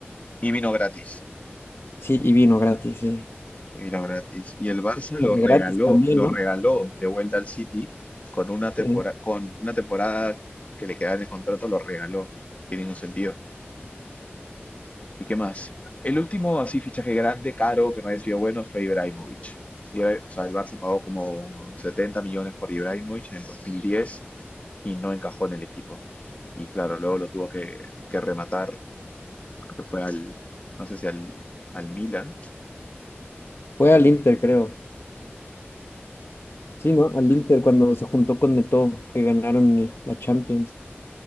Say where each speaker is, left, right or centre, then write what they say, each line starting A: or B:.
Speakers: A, on the left; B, on the left.
A: Y vino gratis.
B: Sí, y vino gratis, sí.
A: Y vino gratis. Y el Barça lo
B: <laughs>
A: regaló,
B: Gratis también,
A: lo
B: ¿no?
A: regaló de vuelta al City con una temporada,
B: Sí.
A: con una temporada que le quedaba en el contrato, lo regaló. Tiene ningún sentido. ¿Y qué más? El último así fichaje grande, caro, que me ha sido bueno fue Ibrahimovic. Ibra- o sea, el Barça pagó como 70 millones por Ibrahimovic en el 2010 y no encajó en el equipo. Y claro, luego lo tuvo que, que rematar, creo que fue al, no sé si al, al Milan.
B: Fue
A: Y
B: al Inter,
A: sí,
B: creo. Sí, ¿no? Al Inter cuando se juntó con Neto, que ganaron el- la Champions,